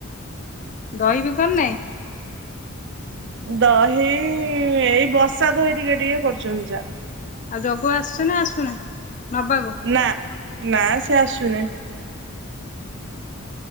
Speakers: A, on the left; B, on the right.
A: ଦହି ବି କରୁନେଇଁ?
B: ଦହି ଏଇ ବସା ଦହି ଟିକେ ଟିକେ କରୁଛନ୍ତି ଯା।
A: ଆଉ ଜଗୁ ଆସୁଛ ନା ଆସୁନି ନବାକୁ।
B: ନା ନା ସେ ଆସୁନି।